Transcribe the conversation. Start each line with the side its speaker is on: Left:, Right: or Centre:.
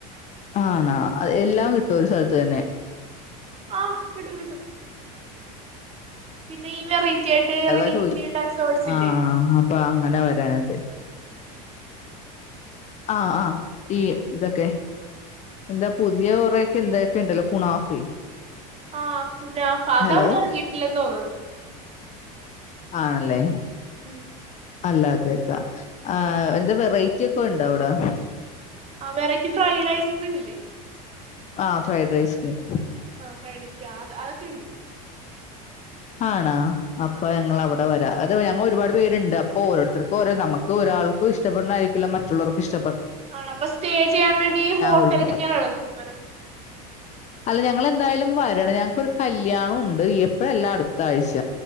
Left: ആണോ എല്ലാം കിട്ടും ഒരു സ്ഥലത്ത് തന്നെ
Right: ആകിട്ടും കിട്ടും പിന്നെ ഈ വെറൈറ്റി ആയിട്ട് ഇറങ്ങിയ
Left: അതാ ചോദിആഹ
Right: പുതിയ ഡെസേർട്സ് ഇല്ലേ
Left: അപ്പൊ അങ്ങനെ വരാട്
Right: <inaudible>
Left: ആഹ് ആഹ് ഈ ഇതൊക്കെ എന്താ പുതിയ ഒറക്കെ എന്തൊക്കെ ഉണ്ടല്ലോ കുണാഫി
Right: ആഹ് കുനഫാ അത്
Left: ഹലോ
Right: അവിടെ എറങ്ങീട്ടില്ല തോന്ന്ണ്
Left: ആണല്ലേ
Right: ഉം
Left: അല്ല അതെയക്കാ ആഹ് എന്ത് വെറൈറ്റി ഒക്കെ ഉണ്ടോ അവിടെ
Right: ആഹ് വെറൈറ്റി ഫ്രൈഡ് ഐസ്ക്രീം ഇല്ലേ
Left: ആഹ് ഫ്രൈഡ് ഐസ്ക്രീം
Right: ആഹ് ഫ്രൈഡേയ്സ് ആഹ് അതൊക്കെയ ഉണ്ട്
Left: ആണോ അപ്പൊ
Right: ആ
Left: ഞങ്ങൾ അവിടെ വരാ അത് ഞങ്ങൾ ഒരുപാട് പേരുണ്ട് അപ്പോ ഓരോരുത്തർക്കും ഓരോ നമുക്ക് ഒരാൾക്കും ഇഷ്ടപ്പെടുന്നായിരിക്കില്ല മറ്റുള്ളവർക്കും ഇഷ്ട
Right: ആണോ അപ്പൊ സ്റ്റേ ചെയ്യാൻ വേണ്ടി ഹോട്ടൽ
Left: കൂടി
Right: എടക്കാനാണോ തീരുമാനം
Left: അല്ല ഞങ്ങൾ എന്തായാലും വരണം ഞങ്ങക്കൊരു കല്യാണം ഉണ്ട് എപ്പയല്ല അട അടുത്തായിച്ച